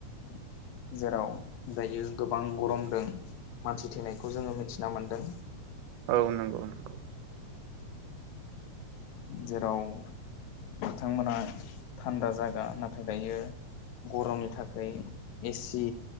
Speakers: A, on the left; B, on the right.
A: उम जेराव दायो गोबां गरमदों मानसि थैनायखौ जोङो मिथिना मोन्दों।
B: औ नंगौ नंगौ <inaudible>
A: जेराव बिथांमोना थान्दा जागा नाथाय दायो गरमनि थाखाय एसि